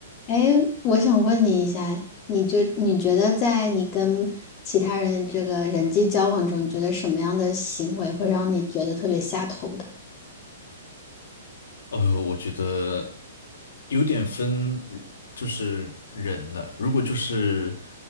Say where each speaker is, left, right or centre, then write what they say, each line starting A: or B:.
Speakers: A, on the left (about 20°); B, on the left (about 80°).
A: 哎，我想问你一下，你就你觉得在你跟其他人这个人际交往中，你觉得什么样的行为会让你觉得特别下头的？
B: 呃，我觉得有点分，就是人的。如果就是